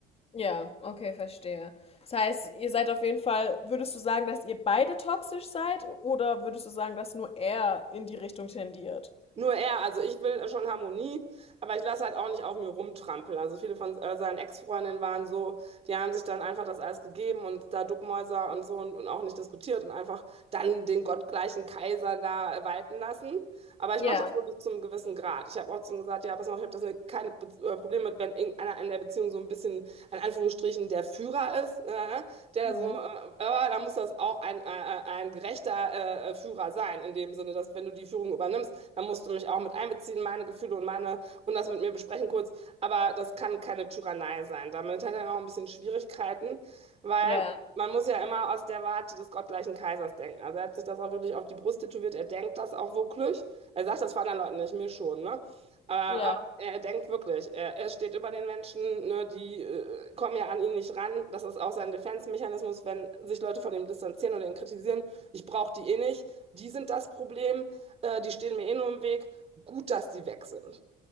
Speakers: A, on the left; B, on the right.
A: Ja, okay, verstehe. Das heißt, ihr seid auf jeden Fall, würdest du sagen, dass ihr beide toxisch seid oder würdest du sagen, dass nur er in die Richtung tendiert?
B: Nur er, also ich will schon Harmonie, aber ich lasse halt auch nicht auf mir rumtrampeln. Also viele von äh, seinen Ex-Freundinnen waren so, die haben sich dann einfach das alles gegeben und da Duckmäuser und so und, und auch nicht diskutiert und einfach dann den gottgleichen Kaiser da walten lassen. Aber ich
A: Ja,
B: mache das nur bis zu einem gewissen Grad. Ich habe auch zu ihm gesagt, ja, pass mal auf, ich habe das ne- keine Be äh, Probleme mit, wenn irgendeiner in der Beziehung so ein bisschen, in Anführungsstrichen, der Führer ist, äh, der
A: mhm.
B: da so, äh, aber da muss das auch ein, äh, äh, ein gerechter äh, äh, Führer sein, in dem Sinne, dass wenn du die Führung übernimmst, dann musst du mich auch mit einbeziehen, meine Gefühle und meine, und das mit mir besprechen kurz. Aber das kann keine Tyrannei sein. Damit hat er auch ein bisschen Schwierigkeiten, weil
A: Ja,
B: man muss ja immer aus der Warte des gottgleichen Kaisers denken. Also er hat sich das auch wirklich auf die Brust tätowiert, er denkt das auch wirklich. Er sagt das vor anderen Leuten nicht, mir schon, ne? Aber,
A: ja,
B: aber er denkt wirklich, er, er steht über den Menschen, ne, die äh, kommen ja an ihn nicht ran. Das ist auch sein Defense-Mechanismus, wenn sich Leute von ihm distanzieren oder ihn kritisieren. Ich brauche die eh nicht, die sind das Problem, äh, die stehen mir eh nur im Weg. Gut, dass die weg sind.